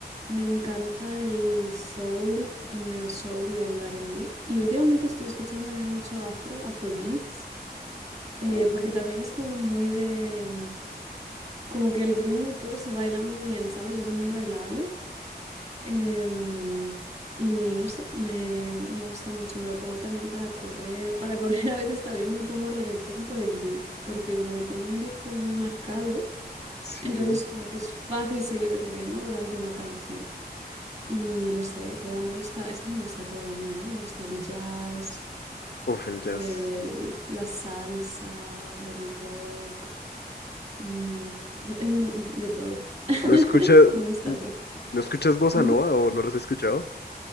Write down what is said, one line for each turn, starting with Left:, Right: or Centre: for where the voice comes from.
Right: me encanta el soul, el neo soul y el R&B. Y últimamente estoy escuchando también mucho afro, afrobeat. eh,
Left: Ok,
Right: porque también es como muy de, mm, como que el ritmo y todo se baila muy bien, ¿sabes? Es muy bailable. Em, y no sé, me, me gusta mucho, me lo pongo también para correr. Para correr <laughs> a veces también me pongo reggaetón por el beat, porque como que tiene un beat como muy marcado,
Left: sí.
Right: entonces como que es fácil seguir el ritmo durante una canción. Y no sé, luego me gusta, es que me gusta todo a mí, ¿eh? Me gusta el jazz,
Left: Uf, el jazz.
Right: el- la salsa, el rock. Mm, no, em, de todo. <laughs>
Left: ¿No escuchas,
Right: Me gusta
Left: no
Right: todo.
Left: escuchas bossa
Right: Ujú.
Left: nova o no los he escuchado?